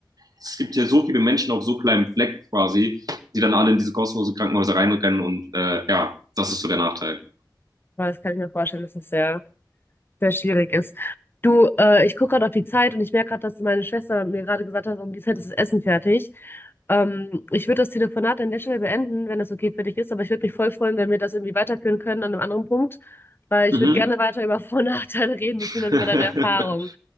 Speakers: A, on the right; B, on the left.
A: Es gibt ja so viele Menschen auf so kleinem Fleck quasi, die dann alle in diese kostenlosen Krankenhäuser reinrennen und äh, ja, das ist so der Nachteil.
B: weil das kann ich mir vorstellen, dass das sehr sehr schwierig ist. Du, äh, ich gucke gerade auf die Zeit und ich merke gerade, dass meine Schwester mir gerade gesagt hat, um die Zeit ist das Essen fertig. Ähm, ich würde das Telefonat an der Stelle beenden, wenn das okay für dich ist, aber ich würde mich voll freuen, wenn wir das irgendwie weiterführen können an einem anderen Punkt, weil ich
A: Mhm.
B: würde gerne weiter über Vor- und Nachteile reden, beziehungsweise
A: <laughs>
B: über deine Erfahrungen